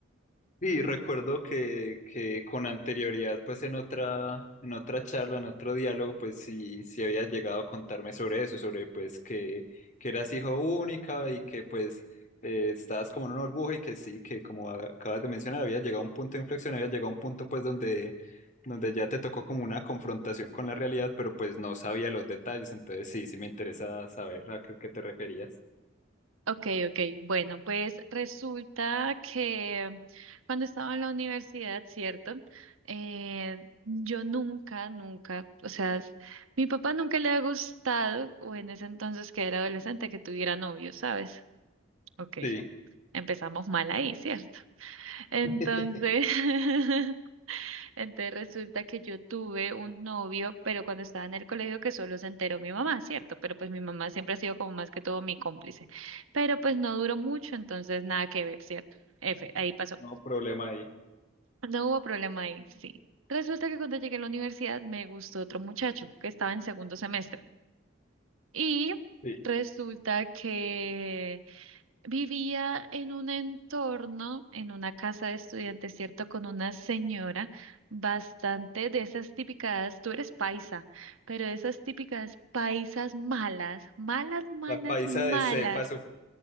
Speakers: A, on the left; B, on the right.
A: Sí, recuerdo que, que con anterioridad, pues en otra, en otra charla, en otro diálogo, pues sí, sí había llegado a contarme sobre eso, sobre pues que, que eras hijo única y que pues eh, estabas como en una burbuja y que sí, que como a- acabas de mencionar, había llegado a un punto de inflexión, había llegado a un punto pues donde, donde ya te tocó como una confrontación con la realidad, pero pues no sabía los detalles, entonces sí, sí me interesa saber a qué, qué te referías.
B: Ok, ok. Bueno, pues resulta que cuando estaba en la universidad, ¿cierto? Eh, yo nunca, nunca, o sea, s- mi papá nunca le ha gustado, o en ese entonces que era adolescente, que tuviera novio, ¿sabes? Ok,
A: Sí,
B: empezamos mal ahí, ¿cierto? Entonces,
A: <laughs>
B: <laughs> Entonces resulta que yo tuve un novio, pero cuando estaba en el colegio que solo se enteró mi mamá, ¿cierto? Pero pues mi mamá siempre ha sido como más que todo mi cómplice. Pero pues no duró mucho, entonces nada que ver, ¿cierto? F, ahí pasó.
A: no problema ahí.
B: No hubo problema ahí, sí. Resulta que cuando llegué a la universidad me gustó otro muchacho que estaba en segundo semestre. Y
A: Sí,
B: resulta que Vivía en un entorno, en una casa de estudiantes, ¿cierto? Con una señora bastante de esas típicas, tú eres paisa, pero de esas típicas paisas malas, malas, malas,
A: la paisa
B: malas,
A: de cepa